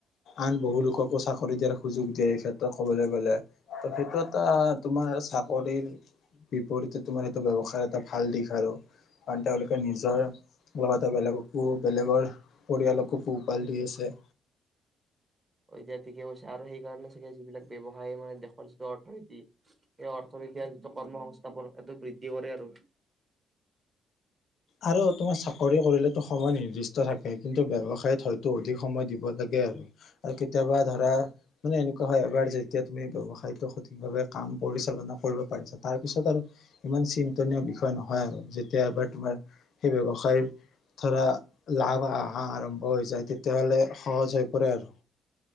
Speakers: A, on the left; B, on the right.
A: আন বহু লোককো চাকৰি দিয়াৰ সুযোগ দিয়ে এই ক্ষেত্ৰত কবলৈ গলে। ত সেইটো এটা তোমাৰ চাকৰিৰ বিপৰতে তোমাৰ এইটো ব্যৱসায় এটা ভাল দিশ আৰু বা তেওঁলোকে নিজৰ লগতে বেলেগকো বেলেগৰ পৰিয়ালকো পোহপাল দি আছে
B: এতিয়া ঠিকে কৈছে আৰু সেইকাৰণে চাগে যিবিলাক ব্যৱসায় মানে দেশৰ যিটো অৰ্থনীতি সেই অৰ্থনীতি যিটো কৰ্ম সংস্থাপন এইটো বৃদ্ধি কৰে আৰু।
A: আৰু তোমাৰ চাকৰি কৰিলেটো সময় নিৰ্দিষ্ট থাকে কিন্তু ব্যৱসায়ত হয়তো অধিক সময় দিব লাগে আৰু, আৰু কেতিয়াবা ধৰা মানে এনেকুৱা হয় এবাৰ যেতিয়া তুমি ব্যৱসায়টো সঠিকভাৱে কাম পৰিচালনা কৰিব পাৰিছা তাৰপিছত আৰু ইমান চিন্তনীয় বিষয় নহয় আৰু যেতিয়া এবাৰ তোমাৰ সেই ব্যৱসায়ৰ ধৰা লাভ অহা আৰম্ভ হৈ যায় তেতিয়াহ'লে সহজ হৈ পৰে আৰু